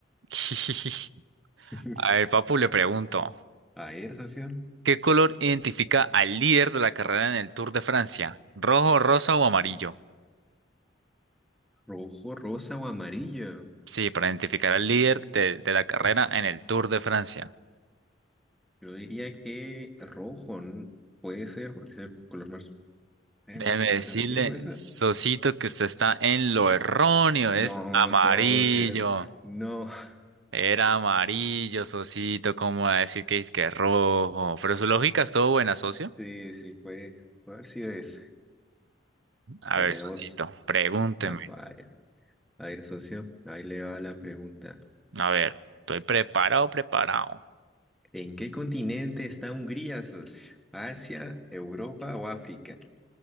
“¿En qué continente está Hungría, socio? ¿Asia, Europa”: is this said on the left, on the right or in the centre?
Centre